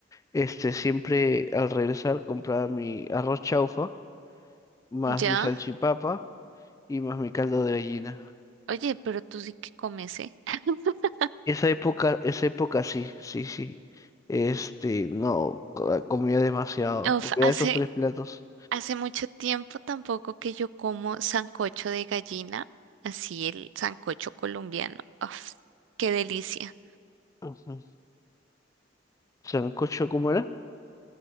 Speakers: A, on the left (about 20°); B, on the right (about 80°).
A: este, siempre al regresar compraba mi arroz chaufa, más
B: ya.
A: mi salchipapa y más mi caldo de gallina.
B: Oye, pero tú sí que comes, ¿eh? <laughs>
A: Esa época, esa época sí, sí, sí. Este, no, co- comía demasiado.
B: Uf,
A: Comía
B: hace,
A: esos tres platos.
B: hace mucho tiempo tampoco que yo como sancocho de gallina, así el sancocho colombiano. Uf, qué delicia,
A: Ujú. Sancocho, ¿cómo era?